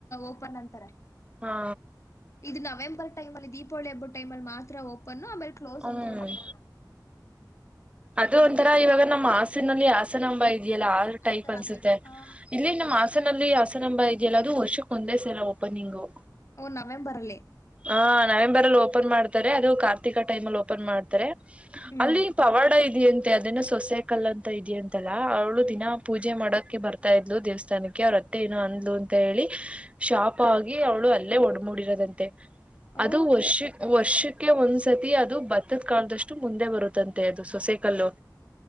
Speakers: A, on the left; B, on the right.
A: ಓಪನ್ ಅಂತಾರೆ
B: ಹಾ
A: ಇದು ನವೆಂಬರ್ ಟೈಮ್ಲ್ಲಿ ದೀಪಾವಳಿ ಹಬ್ಬ ಟೈಮ ಅಲ್ಲಿ ಮಾತ್ರ ಓಪನ್ ಆಮೇಲೆ ಕ್ಲೋಸ್
B: ಹ್ಮ್
A: ಅಂತ ಹೇಳ್ತಾರೆ
B: ಅದು
A: ಅದಕ್ಕೂ
B: ಒಂಥರ ಇವಾಗ ನಮ್ಮ್ ಹಸಿನಲ್ಲಿ ಆಸನಂಬ ಇ ಎಲ್ಲ ಆದ ಟೈಪ್
A: ಆತರ
B: ಅನ್ಸುತ್ತೆ
A: ಲೈಕ್ ಆ
B: ಇಲ್ಲಿ ನಮ್ಮ್ ಹಸನಲ್ಲಿ ಹಸನಂಬ ಇದ ಎಲ್ಲದು ವರ್ಷಕ್ ಒಂದೇ ಸಲ ಓಪನಿಂಗು
A: ಓ ನವೆಂಬರ್ ಅಲ್ಲಿ
B: ಹ ನವೆಂಬರ್ ಅಲ್ಲಿ ಓಪನ್ ಮಾಡ್ತಾರೆ ಅದು ಕಾರ್ತಿಕ ಟೈಮ ಅಲ್ಲಿ ಓಪನ್ ಮಾಡ್ತಾರೆ
A: ಹ್ಮ್
B: ಅಲ್ಲಿ ಪವಾಡ ಇದೆಯಂತೆ ಅದನ ಸೊಸೆಕಲ್ಲ ಅಂತ ಇದಯಂತಲ್ಲ ಅವ ದಿನಾ ಪೂಜೆ ಮಾಡಕ್ಕೆ ಬರ್ತಾರೆ ತಾ ಇದ್ಲು ದೇವಸ್ಥಾನಕ್ಕಅತ್ತೆ ಏನ ಅಂದ್ಲು ಅಂತ ಹೇಳಿ ಶಾಪ್ ಆಗಿ ಅವ್ಳು ಅಲ್ಲೇ ಒಡ್ಡಿರೋದ
A: ಓ
B: ಅದು ವರ್ಷ ವರ್ಷ ಕೆ ಒಂದ್ಸತಿ ಅದು ಬತ್ತದ ಕಾದಷ್ಟು ಮುಂದೆ ಬರುತ್ತಂತೆ ಅದು ಸೊಸೆ ಕಲ್ಲು